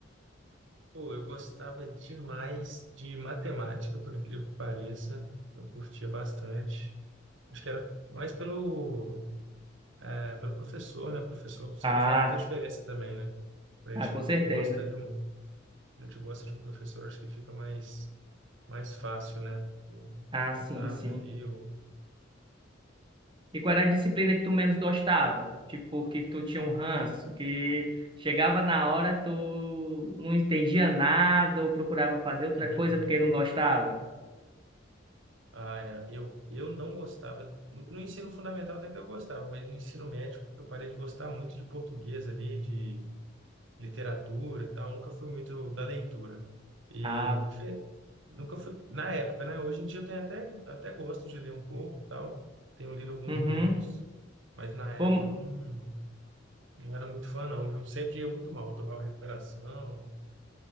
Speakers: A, on the right; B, on the right.
A: Pô, eu gostava demais de matemática, por incrível que pareça. Eu curtia bastante. Acho que era mais pelo, é, pelo professor, né? O professor sempre
B: Ah,
A: faz muita diferença também, né? Quando
B: ah,
A: A gente
B: com certeza.
A: gosta de um, a gente gosta de um professor, acho que fica mais, mais fácil, né? O
B: Ah,
A: contato
B: sim, sim.
A: ali, o...
B: E qual era a disciplina que tu menos gostava? Tipo, que tu tinha um ranço, que chegava na hora, tu não entendia nada ou procurava fazer outra
A: <laughs>
B: coisa porque não gostava?
A: Ah, é, eu, eu não gostava, no, no ensino fundamental até que eu gostava, mas no ensino médio eu parei de gostar muito de português ali, de literatura e tal, nunca fui muito da leitura. E
B: Ah,
A: fe- nunca fui, na época, né? Hoje em dia eu tenho até, até gosto de ler um pouco e tal, tenho lido alguns
B: uhum.
A: livros, mas na época
B: Bom,
A: eu não, não era muito fã, não, viu? Sempre ia muito mal, tomava recuperação,